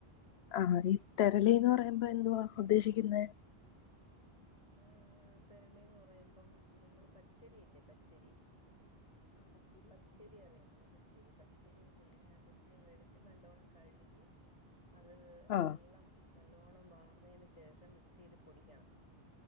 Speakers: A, on the left; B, on the left.
A: ആ അ തെരളി എന്ന് പറയുമ്പോ എന്തുവാ ഉദ്ദേശിക്ക- ിക്കുന്ന
B: ആ തരളിന്ന് പറയുമ്പം നമ്മള് പച്ചരിയില്ലേ പച്ചരി പച്ചരി അറിയാമോ പച്ചരി പച്ചരി വേടിച്ച് നല്ലോണം കഴുകി അത
A: ആഹ്
B: വെള്ളം നല്ലോണം വാർന്നതിന് ശേഷം മിക്സിയിൽ പൊടിക്കണം